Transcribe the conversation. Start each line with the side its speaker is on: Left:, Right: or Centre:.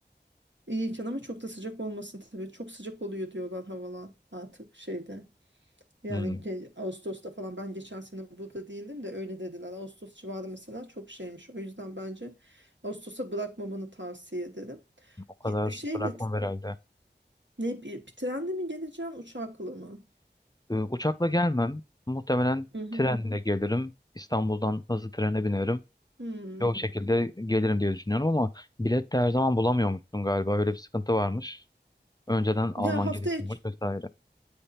Right: İyiyken ama çok da sıcak olmasın tabii. Çok sıcak oluyor diyorlar havalar artık şeyde. Yani
Left: Hmm,
Right: ge- Ağustos'ta falan ben geçen sene burada değildim de öyle dediler. Ağustos civarı mesela çok şeymiş. O yüzden bence Ağustos'a bırakmamanı tavsiye ederim.
Left: o kadar
Right: Ye- Şeyle
Left: bırakmam herhalde.
Right: Ne bir trenle mi geleceksin uçakla mı?
Left: Ee, uçakla gelmem. Muhtemelen
Right: Hı hı.
Left: trenle gelirim. İstanbul'dan hızlı trene binerim.
Right: Hmm.
Left: Ve o şekilde gelirim diye düşünüyorum ama bilet de her zaman bulamıyormuşsun galiba. Öyle bir sıkıntı varmış. Önceden alman
Right: Ya hafta
Left: gerekiyormuş
Right: içi,
Left: vesaire.